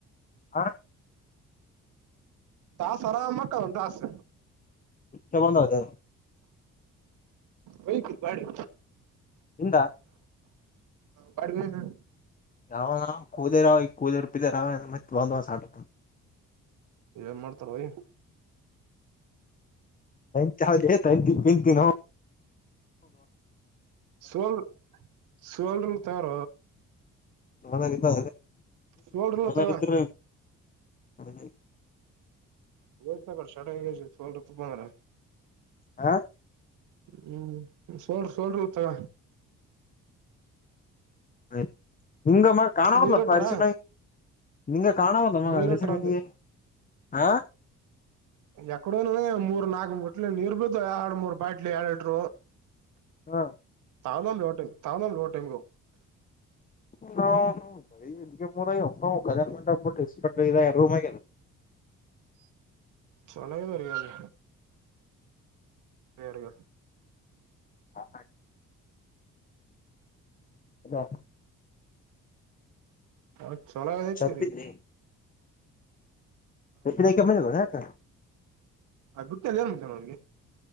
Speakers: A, on the left (about 25°); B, on the right (about 85°).
A: ಹ
B: ದಾಸ್ ಆರಾಮಕ್ಕ ದಾಸ್
A: ಕ್ಕೆ ಬಂದ ಅದ
B: ಬೈಕರ್ ಬಾಡಿ
A: ಇಿಂದ
B: ಪಡ್ುವ ಹ
A: ಅವ ಕಲರ ಅವ ಈ ಕದುಂದ ಸ ಸಾಿ
B: ಇನ್ ಮಾಡ್ತಾರ ಯ
A: ತ ಚ ತಂತಂತ ನ
B: ಸೋಲ್ ಸೋಲ್ರಿ ತಾರ
A: ಚನ್ನಾಗಿದ್ದ
B: ಸೋಲ್ಡ್ರಲ್
A: ಚಾಗಿರ
B: ತಗೋ
A: ಅದ
B: ಹ್ತಟ ಹೋ ತುಪ್ಪಂದ್ರ
A: ಹಾ
B: ಹ್ಮ್ ಸೋಲ್್ರಿ ಸೋಲ್ರಿಿ ತಗ
A: ಹ ನಿಂಗಮ್ಮ ಕಾಣ ಪದಲ್ಲಪ್ಪ
B: ನೀರಿಟ್ರ
A: ಅರಿಶ ನೀಂಗ ಕಾಣಾವದಲ್ಲಮ್ಮ
B: ನೀರಿಟ್ರ
A: ಅರಿಶನಗೆ ಹಾ
B: ಎಕಡೋ ಮೂರು ನಾಕು ಮುಟ್ಲೆ ನೀರು ಬಿೀತ ಆರಡು ಮೂರು ಬಟ್ಲಿ ಆಳಟರು
A: ಹಾ
B: ತಾನ್ ಲೋಟೈ್ ತಾನ್ ಲೋಟೈಮ್ ಗ
A: ಹ್ಮ ಎ ಮುದ ಒಪ್ಪ ಒದ ಮಂಟಬಟ್ಟುಪಮ
B: ಚಳಗೆ ಅಿಯಲ್ಲ ಬೇರಲ್ಲ
A: ಹಾ ಅಾ
B: ಹ ಚಲತ
A: ಚಪ್ಪಿಲಿ
B: ರೀ
A: ಎಕ್ಕೆ ಮ ಯಕ
B: ಅ ಗುತ್ತಲ್ಲಿ ಏನ್ತಾನ ಅವನ್ಗೆ